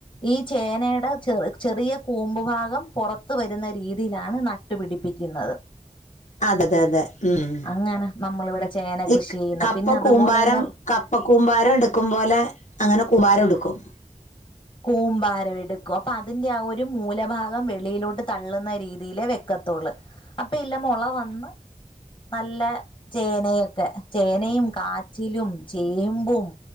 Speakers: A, on the left; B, on the left.
A: ഈ ചേനയ്ടാ ചെ - ചെറിയ കൂമ്പു ഭാഗം പുറത്തു വരുന്ന രീതിയിലാണ് നട്ടുപിടിപ്പിക്കുന്നത്
B: അതെ തെ അതെ ഉം
A: അങ്ങനെ നമ്മളിവിടെ ചേന കൃഷി
B: ഇ
A: ചെയ്യുന്ന
B: കപ്പ
A: പിന്നെ അതുപോലെ
B: കൂമ്പാരം
A: തന്നെ
B: കപ്പ കൂമ്പാരം എടുത് ക്കും പോലെ അങ്ങനെ കുമാരം എടുക്കും
A: കൂമ്പാരം എടുക്കും അപ്പൊ അതിന്റെ ആ ഒരു മൂലഭാഗം വെളിയിലോട്ട് തള്ളുന്ന രീതിയിലെ വെക്കത്തോള് അപ്പൊ ഇല്ല മുള വന്ന് നല്ല ചേനയൊക്കെ ചേനയും കാച്ചിലും ചേമ്പും